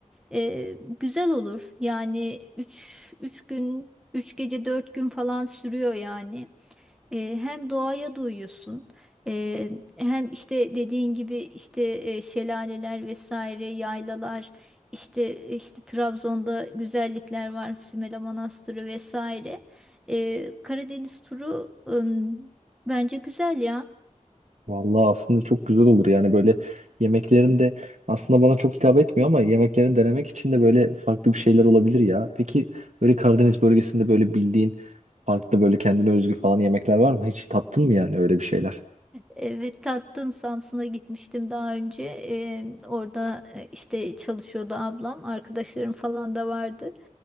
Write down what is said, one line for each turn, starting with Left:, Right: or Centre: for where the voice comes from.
Centre: e, güzel olur. Yani 3 3 gün 3 gece 4 gün falan sürüyor yani. E, hem doğaya doyuyorsun, e, hem işte dediğin gibi işte e, şelaleler vesaire, yaylalar, işte işte Trabzon'da güzellikler var, Sümele Manastırı vesaire. E, Karadeniz turu ım, bence güzel ya.
Right: Vallahi aslında çok güzel olur yani böyle yemeklerin de aslında bana çok hitap etmiyor ama yemeklerini denemek için de böyle farklı bir şeyler olabilir ya. Peki böyle Karadeniz bölgesinde böyle bildiğin farklı böyle kendine özgü falan yemekler var mı? Hiç tattın mı yani öyle bir şeyler?
Centre: Evet tattım Samsun'a gitmiştim daha önce. E, orada e, işte çalışıyordu ablam, arkadaşlarım falan da vardı.